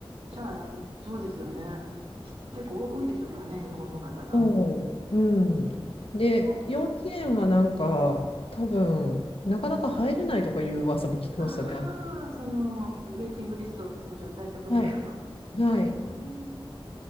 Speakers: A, on the right (about 80°); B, on the left (about 75°).
A: じゃあや、そうですよね。ひ結構多いでしょうからね、日本の方が。
B: そう。うん。で、
A: お
B: 幼稚園はなんか、多分、なかなか入れないとかいう噂も聞きましたね。
A: ああ、
B: あの
A: その、ウェイティングリストの状態ってことですか。
B: はい。はい。
A: うん、